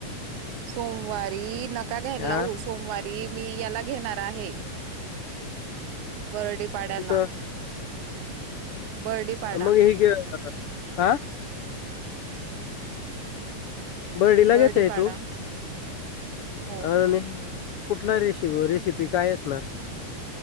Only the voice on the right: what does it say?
सोमवारी नका घ्यायला.
लाऊ सोमवारी मी याला घेणार आहे बरडी पाड्याला,
बर्डी पाडा
बर्डी
पाडा
हो